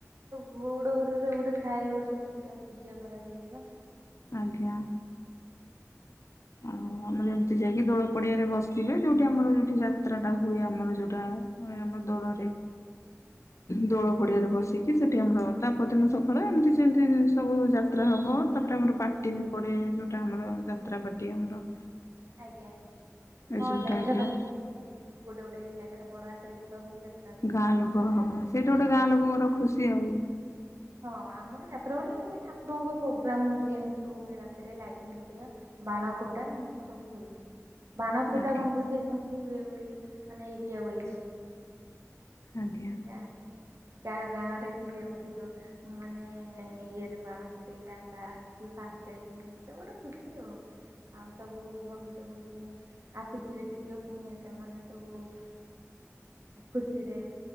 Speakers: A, on the right; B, on the left.
A: ଗଉଡ ଘରରେ ଗୋଟେ ଥାଏ ଗୋଟେ ସେଟା ପୂଜା କରାଯାଇ ବା।
B: ଆଜ୍ଞା। ଆଉ ଆମର ଏମିତି ଯାଇକି ଦୋଳ ପଡିଆରେ ବସିବେ ଯୋଉଠି ଆମର ଯୋଉଠି ଯାତ୍ରା ଟା ହୁଏ ଆମର ଯୋଉଟା ଆମର ଦୋଳରେ।
A: <inaudible>
B: ଦୋଳ ପଡିଆରେ ବସିକି ସେଠି ଆମର ତାପଦିନ
A: ଆଜ୍ଞା
B: ସକାଳେ ଏମିତି ଯେମିତିତି ସବୁ ଯାତ୍ରା ହେବ ତାପରେ ଆମର ପାର୍ଟି ବି ପଡ଼େ ଯେଉଁଟା ଆମର ଯାତ୍ରା ପାର୍ଟି ଆମର।
A: ଆଜ୍ଞା
B: ଏଇ
A: ହଁ
B: ସବୁ
A: ଯାତ୍ରା
B: ଟାଇପର
A: ଫାତ୍ରା ବି ହଏ ଗୋଟେ ଗୋଟେ ଇଲାକାରେ ବଡ ଆଖରେ ଯୁଡା ହୁଏ ଯାତ୍ରା <unintelligible>
B: ଗାଁ ଲୋକ
A: ଆମର
B: ହଁ
A: ଯାତ୍ରା ହୁଏନି।
B: ସେଇଟା ଗୋଟେ ଗାଁ ଲୋକଙ୍କର ଖୁସି ଆଉ।
A: ହଁ ଆମର ଯାତ୍ରା ମାନ ଏମିତି ଠାକୁରଙ୍କ ପ୍ରୋଗ୍ରାମ ହରିକା ଏମିତି ସବୁ ହୁଏ ରାତିରେ ଲାଇଟିଙ୍ଗ ହରିବା। ବାଣ ଫୁଟା ଏମିତି ସବୁ ହୁଏ। ବାଣ ଫୁଟା
B: ଆଜ୍ଞା
A: କମ୍ପିଟିସନ ହୁଏ <unintelligible> ଏରିଆ ବଇଜି।
B: ଆଜ୍ଞା
A: ଗାଁ କା ଗାଁ ରେ କିଏ ଅଧିକ ମାନେ ଇଏରେ ବାଣ ଫୁଟେଇଲା କା କିଏ ଫାଷ୍ଟ ହେଲେ ସିଏ ଗୋଟେ ଖୁସି ଓଉ। ଆଉ ସବୁ ଘରକୁ ସବୁ ଆସିଥିବେ ଯେତିକ କୁଣିଆ ସେମାନେ ସବୁ ଖୁସିରେ